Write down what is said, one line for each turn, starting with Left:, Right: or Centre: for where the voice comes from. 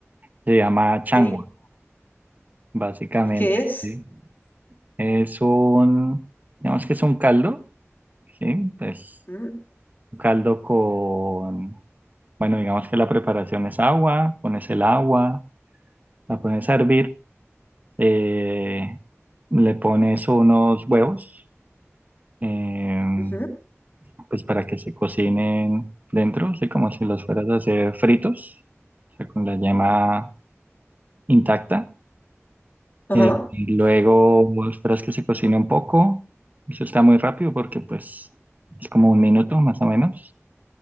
Right: se llama changua,
Left: Sí.
Right: básicamente.
Left: ¿Y qué es?
Right: ¿sí? Es un, digamos que es un caldo, ¿sí? Pues
Left: Mm,
Right: un caldo con, bueno, digamos que la preparación es agua, pones el agua, la pones a hervir, eh, le pones unos huevos, eh,
Left: ujú.
Right: pues para que se cocinen dentro, ¿sí? Como si los fueras a hacer fritos, o sea, con la yema intacta.
Left: Ajá,
Right: Eh, y luego esperas que se cocine un poco. Eso está muy rápido porque pues es como un minuto más o menos.